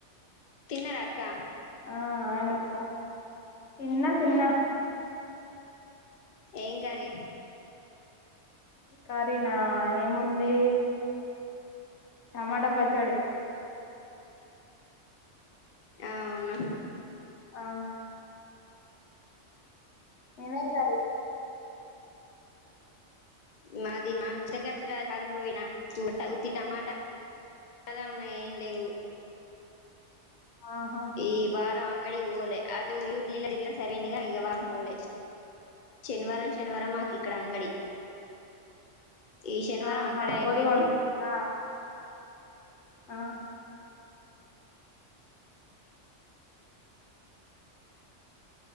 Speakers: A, on the left; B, on the left.
A: తిన్నరా అక్క
B: ఆ అవునక్క తిన్న తిన్న
A: ఏం కర్రీ
B: కర్రీ నా ఏముంది టమాటా పచ్చోడి
A: అవున
B: ఆ మీదేం కర్రీ
A: మాది చికా కాలపుు <unintelligible> తాలింపు పెట్టిన ఉత్తి టమాటా చాలా ఉన్నాయి ఏం లేవు
B: ఆహా
A: ఈ వారం అంగడికి పోలే అటు యూప్ల <unintelligible> సరింగా ఇక వారం పోలే శనివారం శనివారం మాకి ఇక్కడ అంగడి ఈ శనివారం
B: ఆహా
A: అక్కడే అయిపోయింది
B: బొదుగోండి ఆ ఆ